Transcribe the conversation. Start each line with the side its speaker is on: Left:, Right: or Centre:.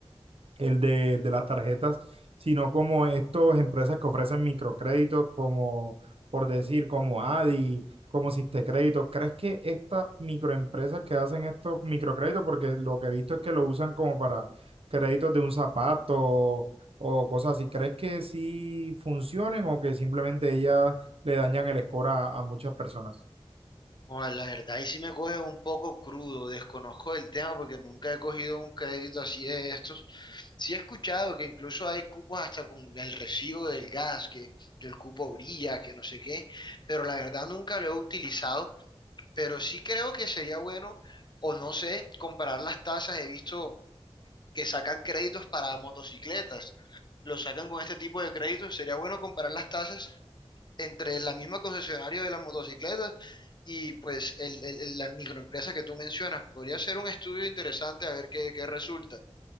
Right: el de, de las tarjetas, sino como estas empresas que ofrecen microcréditos, como por decir, como Adi, como Crédito. ¿Crees que estas microempresas que hacen estos microcréditos, porque lo que he visto es que lo usan como para créditos de un zapato o cosas así, ¿crees que sí funcionen o que simplemente ellas le dañan el score a a muchas personas?
Left: No, la verdad, y sí me coge un poco crudo, desconozco el tema porque nunca he cogido un crédito así de estos. Sí he escuchado que incluso hay cupos hasta con el recibo del gas, que, que el cupo brilla, que no sé qué, pero la verdad nunca lo he utilizado, pero sí creo que sería bueno, o no sé, comparar las tasas, he visto que sacan créditos para motocicletas. Los sacan con este tipo de créditos. Sería bueno comparar las tasas entre la misma concesionaria de las motocicletas y pues el- el- el- la microempresa que tú mencionas. Podría ser un estudio interesante a ver qué, qué resulta.